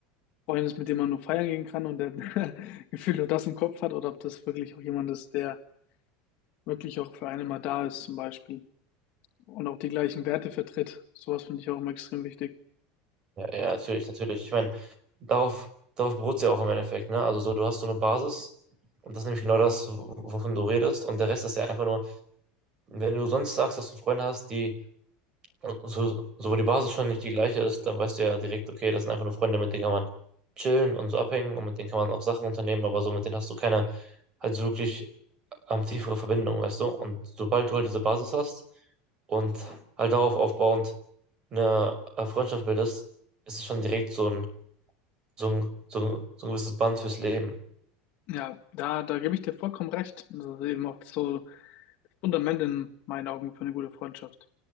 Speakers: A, on the left; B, on the right.
A: Freund ist, mit dem man nur feiern gehen kann und der <laughs> gefühlt nur das im Kopf hat, oder ob das wirklich auch jemand ist, der wirklich auch für einen mal da ist, zum Beispiel. und auch die gleichen Werte vertritt. Sowas finde ich auch immer extrem wichtig.
B: ja, ja, natürlich, natürlich. Ich meine, darauf, darauf beruht es ja auch im Endeffekt, ne? Also so, du hast so eine Basis und das ist nämlich genau das, wovon du redest. Und der Rest ist ja einfach nur, wenn du sonst sagst, dass du Freunde hast, die Und So, so, wo die Basis schon nicht die gleiche ist, dann weißt du ja direkt, okay, das sind einfach nur Freunde, mit denen kann man chillen und so abhängen und mit denen kann man auch Sachen unternehmen, aber so mit denen hast du keine halt so wirklich ähm, tiefere Verbindung, weißt du? Und sobald du halt diese Basis hast und halt darauf aufbauend eine äh, Freundschaft bildest, ist es schon direkt so ein, so ein, so ein, so ein gewisses Band fürs Leben.
A: Ja, da, da gebe ich dir vollkommen recht. Und Das ist eben auch so das Fundament in meinen Augen für eine gute Freundschaft.